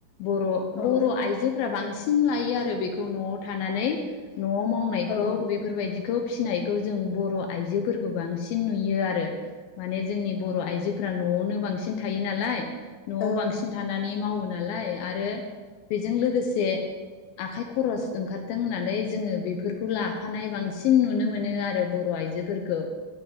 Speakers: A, on the left (about 85°); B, on the left (about 65°).
A: बर'
B: औ
A: बर' आइजोफोरा बांसिन थायो आरो बेखौ न'आव थानानै न'वाव मावनायखौ
B: ओं
A: बेफोरबायदिखौ फिसिनायखौ जों बर' आइजोफोरखौ बांसिन नुयो आरो। माने जोंनि बर' आइजोफ्रा न'आवनो बांसिन थायो नालाय न'आव
B: ओं
A: बांसिन थानानै मावो ना नालाय आरो बेजों लोगोसे आखाइ खरस ओंखारथों होननानै जोंङो बेफोरखौ लाफानाय बांसिन नुनो मोनो आरो बर' आइजोफोरखौ